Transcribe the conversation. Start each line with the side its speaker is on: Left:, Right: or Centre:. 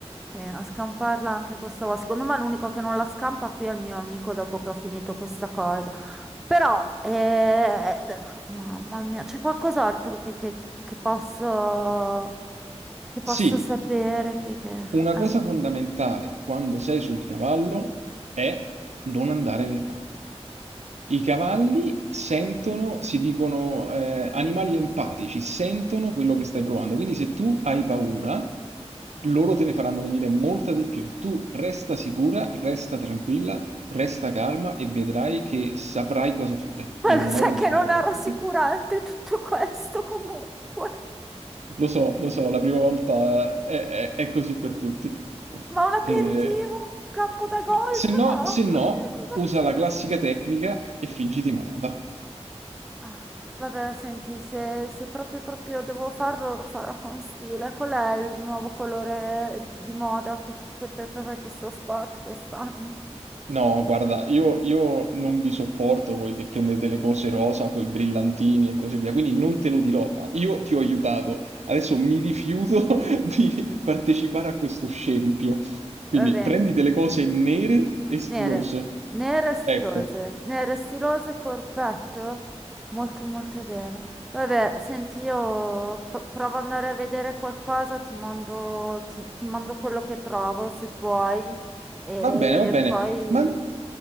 Centre: Sì, a scamparla anche questa volta. Secondo me l'unico che non la scampa qui è il mio amico dopo che ho finito questa cosa. Però, eh, d- mamma mia, c'è qualcos'altro che, che- che posso, che posso
Right: Sì,
Centre: sapere? Che, che...
Right: una
Centre: eh.
Right: cosa fondamentale quando sei sul cavallo è non andare nel panico. I cavalli sentono, si dicono eh, animali empatici, sentono quello che stai provando. Quindi se tu hai paura, loro te ne faranno venire molta di più. Tu resta sicura, resta tranquilla, resta calma e vedrai che saprai cosa fare,
Centre: <laughs>
Right: in
Centre: Ma lo
Right: un
Centre: sai
Right: modo o
Centre: che
Right: nell'altro.
Centre: non è rassicurante
Right: <laughs>
Centre: tutto questo comunque.
Right: Lo so, lo so, la prima volta è, è- è così per tutti.
Centre: Ma un aperitivo?
Right: Eh,
Centre: Campo da golf?
Right: ma se no,
Centre: No,
Right: se no,
Centre: proprio le colazioni.
Right: usa la classica tecnica e fingiti malata.
Centre: Ah, vabbè, senti, se, se proprio, proprio devo farlo, lo farò con stile. Qual è il nuovo colore di moda cu- per, per fare questo sport quest'anno?
Right: No, guarda, io, io non vi sopporto voi che prendete le cose rosa con i brillantini e così via, quindi non te lo dirò. Ah, Io ti ho aiutato, adesso mi rifiuto <laughs> di partecipare a questo scempio. Quindi
Centre: Va bene.
Right: prendi delle cose nere e stilose.
Centre: Nere, nere stilose,
Right: Ecco,
Centre: nere stilose, corpetto, molto molto bene. Vabbè, senti, io p- provo ad andare a vedere qualcosa, ti mando, ti, ti mando quello che trovo se puoi. E
Right: va bene, va bene.
Centre: poi,
Right: Ma